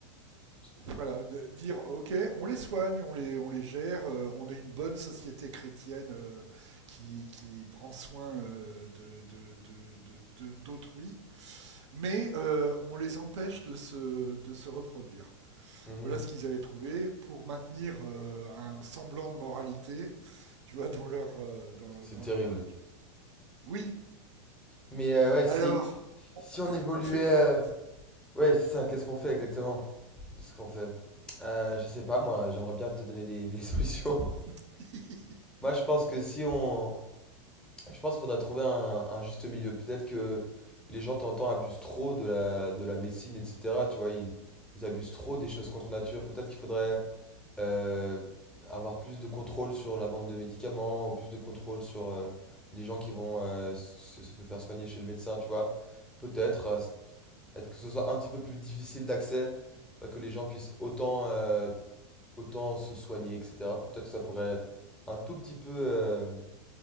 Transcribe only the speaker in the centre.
c'est
une-
Mhm.
c'est
terrible.
Mais euh, ouais, si,
si on évoluait...
euh, Ouais, c'est ça, qu'est-ce qu'on fait exactement de ce qu'on fait? Euh, je sais pas, moi, j'aimerais bien te donner des, des <laughs> solutions.
Moi, je pense que si on... Je pense qu'il faudrait trouver un, un juste milieu. Peut-être que les gens, t'entends, abusent trop de la, de la médecine, etc. Tu vois, ils, ils abusent trop des choses contre nature. Peut-être qu'il faudrait euh, avoir plus de contrôle sur la vente de médicaments ou plus de contrôle sur euh, les gens qui vont euh, se, se faire soigner chez le médecin, tu vois. Peut-être euh, être que ce soit un petit peu plus difficile d'accès, pas que les gens puissent autant, euh, autant se soigner, etc. Peut-être que ça pourrait un tout petit peu, euh,